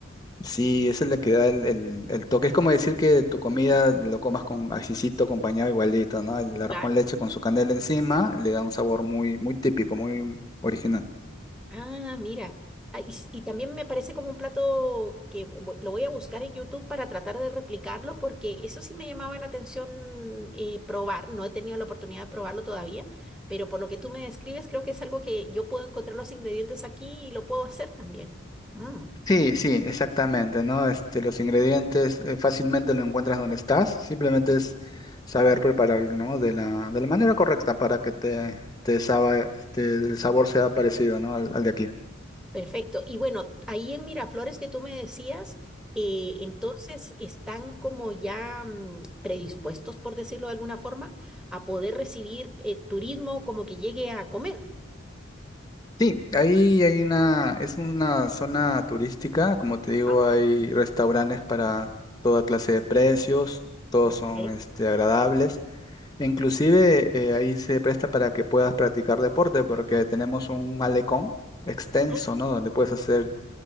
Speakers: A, on the left (about 20°); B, in the centre.
A: Sí, esa es la que da el, el- el toque. Es como decir que tu comida lo comas con ajicito, acompañado igualito, ¿no? El arroz
B: Claro.
A: con leche con su canela encima le da un sabor muy, muy típico, muy original.
B: Ah, mira. Ah, y, s- y también me parece como un plato que vo- lo voy a buscar en YouTube para tratar de replicarlo, porque eso sí me llamaba la atención eh, probar. No he tenido la oportunidad de probarlo todavía, pero por lo que tú me describes, creo que es algo que yo puedo encontrar los ingredientes aquí y lo puedo hacer también. Mm.
A: Sí, sí, exactamente, ¿no? Este, los ingredientes eh, fácilmente lo encuentras donde estás. Simplemente es saber prepararlo, ¿no? De la, de la manera correcta para que te, te saba- este, el sabor sea parecido, ¿no? Al, al de aquí.
B: Perfecto. Y bueno, ahí en Miraflores que tú me decías, eh, entonces están como ya mm, predispuestos, por decirlo de alguna forma, a poder recibir eh, turismo como que llegue a comer.
A: Sí, ahí hay una, es una zona turística, como te digo,
B: Ah,
A: hay restaurantes para toda clase de precios, todos
B: ok.
A: son este, agradables, e inclusive eh, ahí se presta para que puedas practicar deporte, porque tenemos un malecón extenso,
B: Ah,
A: ¿no? Donde puedes hacer,